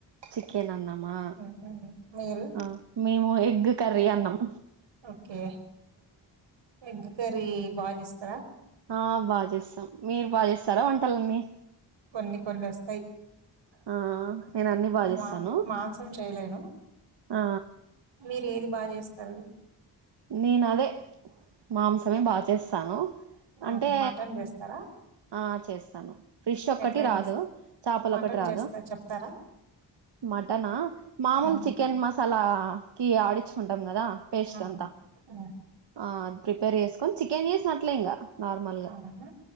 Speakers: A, on the right (about 70°); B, on the right (about 85°).
A: చికెన్ అన్నామా
B: ఉహు. మీరు
A: ఆ మేము ఎగ్ కర్రీ అన్నం
B: ఓకే ఎగ్ కర్రీ బా జేస్తారా
A: ఆ బా జేస్తాం మీరు బాగా చేస్తారా వంటలన్ని
B: కొన్ని కొన్నొస్తాయ్
A: ఆ నేను అన్ని బాగా చేస్తాను
B: మాం మాంసం చేయలేను
A: ఆ
B: మీరు ఏది బా జేస్తరు
A: నేను అదే మాంసమే బా చేస్తాను
B: ఆ
A: అంటే
B: మటన్ చేస్తారా
A: ఆ చేస్తాను ఫిష్ ఒక్కటి
B: ఎట్లా
A: రాదు
B: చేస్
A: చేపలు
B: మటన్
A: ఒకటి రాదు
B: చేస్తా చెప్తారా
A: మటనా మామూలు
B: ఆ
A: చికెన్ మసాలా కి ఆడిచ్చుకుంటాం కదా పేస్ట్
B: ఆ
A: అంతా
B: ఆ
A: ఆ అది ప్రిపేర్ చేసుకొని చికెన్ చేసినట్లే ఇంకా నార్మల్గా
B: ఆ అవునా